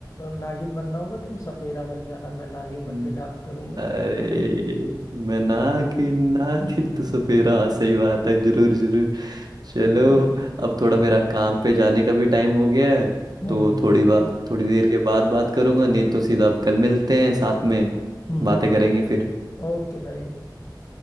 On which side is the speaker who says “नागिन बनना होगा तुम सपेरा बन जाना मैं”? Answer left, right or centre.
Left